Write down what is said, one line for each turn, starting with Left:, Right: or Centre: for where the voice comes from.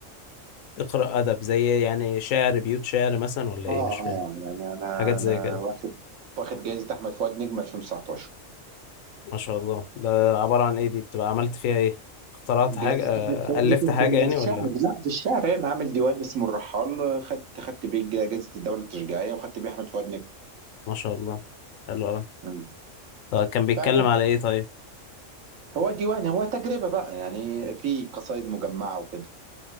Left: تقرا ادب زي يعني شعر بيوت شعر مثلا ولا
Right: اه
Left: ايه مش
Right: اه
Left: فاهم
Right: يعني انا
Left: حاجات
Right: انا
Left: زي كده
Right: واخد واخد جائزه احمد فؤاد نجم 2019
Left: ما شاء الله ده عبارة عن ايه دي بتبقى عملت فيها ايه اخترعت
Right: جائزة
Left: حاجة آه،
Right: احمد فؤاد
Left: الفت
Right: نجم
Left: حاجة
Right: في
Left: يعني
Right: الشعر
Left: ولا
Right: لا في الشعر انا عامل ديوان اسمه الرحال خدت خدت بيه جائزة الدولة التشجيعية وخدت بيه احمد فؤاد نجم
Left: ما شاء الله حلو قوي
Right: مم.
Left: طب كان بيتكلم
Right: فبس
Left: على ايه طيب
Right: هو ديوان هو تجربة بقى يعني في قصائد مجمعة وكده